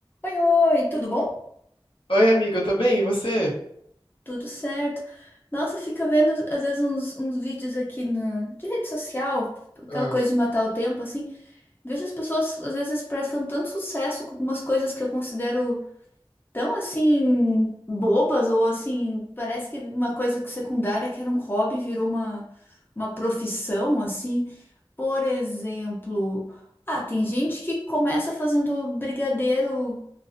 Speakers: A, on the left; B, on the left.
A: Oi, oi, tudo bom?
B: Oi, amiga, eu tô bem, e você?
A: Tudo certo. Nossa, fica vendo às vezes uns, uns vídeos aqui no, de rede social, aquela
B: Ah,
A: coisa de matar o tempo, assim. Vejo as pessoas às vezes prestam tanto sucesso com algumas coisas que eu considero tão assim bobas, ou assim, parece que uma coisa que secundária que era um hobby virou uma, uma profissão, assim. Por exemplo, ah, tem gente que começa fazendo brigadeiro.